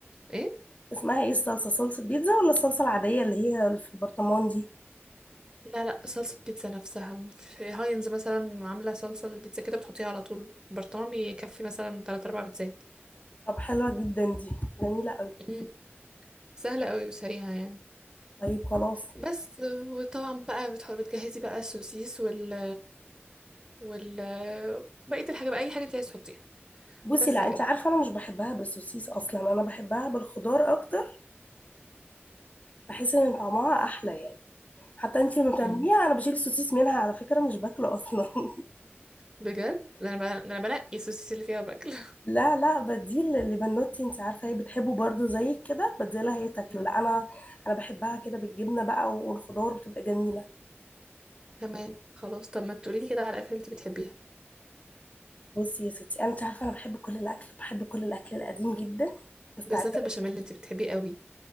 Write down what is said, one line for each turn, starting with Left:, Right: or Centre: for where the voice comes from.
Right: ايه
Left: اسمها ايه الصلصه صلصه بيتزا ولا الصلصه العاديه اللي هي في البرطمان دي
Right: لا لا صلصة بيتزا نفسها في هاينز مثلا عاملة صلصة للبيتزا كده بتحطيها على طول برطمان بيكفي مثلا تلات أربع بيتزات
Left: طب حلوه جدا دي جميله قوي
Right: مم. سهلة قوي وسريعة يعني
Left: طيب خلاص
Right: بس وطبعا بقى بتحط بتجهزي بقى السوسيس وال وال بقية الحاجة بقى أي حاجة انت عايز تحطيها
Left: بصي
Right: بس
Left: لا
Right: كده
Left: انت عارفه انا مش بحبها بالسوسيس اصلا انا بحبها بالخضار اكتر بحس ان طعمها احلى يعني حتى انت لما بتعمليها
Right: مم.
Left: انا بشيل السوسيس منها على فكره مش باكله اصلا <laughs>
Right: بجد ده انا ب... ده انا بنقي السوسيس اللي فيها باكل
Left: لا لا بديه ل- لبنوتي انت عارفه هي بتحبه برضو زي كده بديه لها هي تاكله
Right: مم.
Left: لا انا انا بحبها كده بالجبنه بقى والخضار بتبقى جميله
Right: تمام <laughs> خلاص طب ما تقولي لي كده على اكل انت بتحبيها
Left: بصي يا ستي انا انت عارفه انا بحب كل الاكل بحب كل الاكل القديم جدا بس
Right: بالذات
Left: تعالى
Right: البشاميل اللي انت بتحبيه قوي